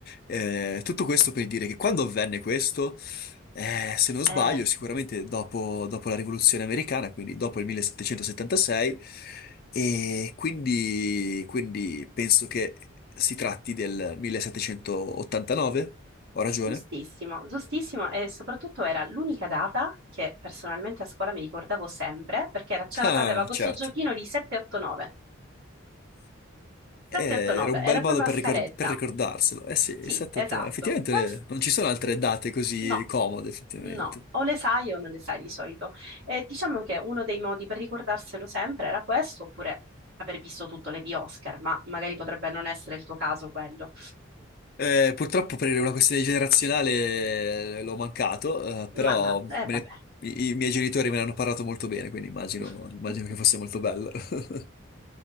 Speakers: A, on the left; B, on the right.
A: Eh, tutto questo per dire che quando avvenne questo, eh, se non sbaglio,
B: Eh,
A: sicuramente dopo, dopo la rivoluzione americana, quindi dopo il 1776, e quindi, quindi penso che si tratti del 1789. Ho ragione?
B: Giustissimo, giustissimo e soprattutto era l'unica data che personalmente a scuola mi ricordavo sempre perché era- c'ha-
A: Ah,
B: aveva questo
A: certo.
B: giochino di 789.
A: Eh,
B: 789
A: era un
B: era
A: bel
B: proprio
A: modo per,
B: la scaletta.
A: ricor- per ricordarselo. Eh sì, il
B: Sì,
A: 789.
B: esatto.
A: Effettivamente
B: Questo
A: eh, non ci sono altre date così
B: no,
A: comode, effettivamente.
B: no, o le sai o non le sai di solito. E diciamo che uno dei modi per ricordarselo sempre era questo, oppure aver visto tutto le di Oscar, ma magari potrebbe non essere il tuo caso quello.
A: Eh, purtroppo per una questione generazionale eh, l'ho mancato, eh, però
B: Ma no, eh
A: me
B: vabbè.
A: ne- i, i miei genitori me ne hanno parlato molto bene, quindi immagino,
B: <laughs>
A: immagino che fosse molto bello. <laughs>